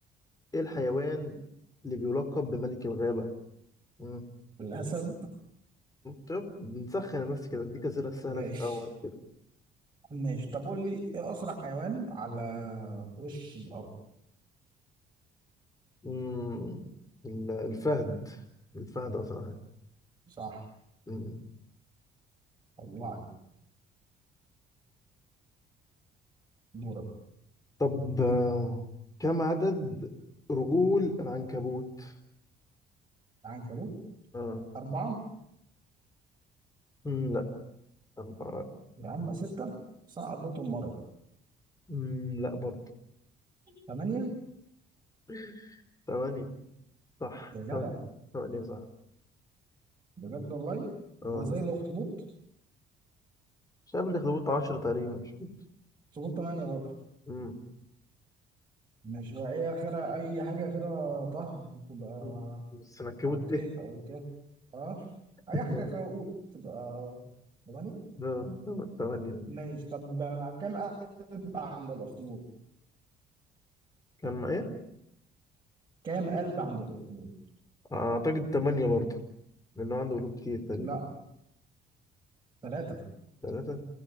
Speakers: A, on the left; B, on the right.
A: ايه الحيوان اللي بيلقب بملك الغابة؟ مم.
B: الأسد
A: طب نسخن بس كده أديك أسئلة سهلة
B: ماشي
A: في الأول كده
B: ماشي طب قول لي إيه أسرع حيوان على وش الأرض
A: مم. ال- الفهد الفهد أسرع حاجة.
B: صح
A: مم.
B: الله عليك دورك
A: طب آه، كم عدد رجول العنكبوت؟
B: العنكبوت
A: اه
B: أربعة
A: مم، لا أربعة
B: يا عم ستة بس أنا عديتهم مرة
A: مم، لا برضه
B: ثمانية
A: <laughs> ثمانية صح
B: يا جدع
A: ثمانية ثمانية صح
B: بجد والله
A: اه
B: وزي الأخطبوط
A: مش عارف الأخطبوط عشرة تقريبا مش فاكر.
B: أخطبوط تمانية برضه
A: مم.
B: ماشي هو إيه آخرها أي حاجة آخرها طه تبقى
A: مم. بس أنا كبوت
B: أو تي
A: إيه
B: أو تي أه
A: <laughs>
B: أي حاجة آخرها قوت تبقى تمانية
A: لا ثمانية
B: ماشي طب كام قلب عند الاخطبوط؟
A: كان مع <laughs> إيه؟
B: كام قلب عند الاخطبوط؟
A: أعتقد ثمانية برضه لأنه عنده قلوب كتير تقريبا
B: لا ثلاثة
A: ثلاثة